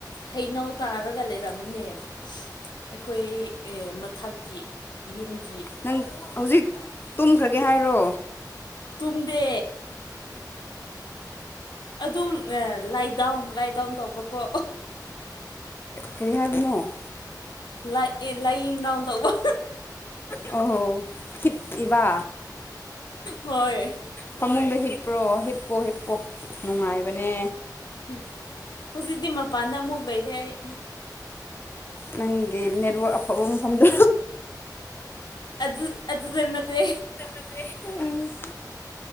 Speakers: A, on the left (about 80°); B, on the left (about 30°).
A: ꯍꯩꯅꯧ ꯇꯥꯔꯒ ꯂꯩꯔꯝꯃꯤꯅꯦ ꯑꯩꯈꯣꯏ ꯃꯊꯛꯀꯤ ꯌꯨꯝꯒꯤ
B: ꯅꯪ ꯍꯧꯖꯤꯛ ꯇꯨꯝꯈ꯭ꯔꯒꯦ ꯍꯥꯏꯔꯣ
A: ꯇꯨꯝꯗꯦ ꯑꯗꯨꯝ ꯂꯥꯏꯗꯥꯎꯟ ꯂꯥꯏꯗꯥꯎꯟ ꯇꯧꯕꯀꯣ
B: ꯀꯔꯤ ꯍꯥꯏꯕꯅꯣ
A: ꯂꯥꯏ ꯑꯦ, ꯂꯥꯏꯌꯤꯡ ꯗꯥꯎꯟ ꯇꯧꯕ
B: <inaudible> ꯍꯤꯞ ꯏꯕ
A: ꯍꯣꯏ
B: ꯐꯃꯨꯡꯗ ꯍꯤꯞ ꯄꯨ꯭ꯔꯣꯍꯤꯞ ꯍꯤꯞꯄꯣ ꯍꯤꯞꯄꯣ ꯅꯨꯡꯉꯥꯏ ꯃꯕꯅꯦ
A: ꯎꯝ ꯍꯧꯖꯤꯛꯇꯤ ꯃꯄꯥꯟꯗ ꯑꯃꯨꯛ ꯂꯩꯔꯦ ꯑꯩ
B: ꯅꯪꯒꯤ ꯅꯦꯠꯋꯥꯛ ꯑꯐꯕ ꯃꯐꯝꯗ
A: ꯑꯗꯨ ꯑꯗꯨꯗ ꯅꯠꯇꯦ
B: ꯑ <unintelligible>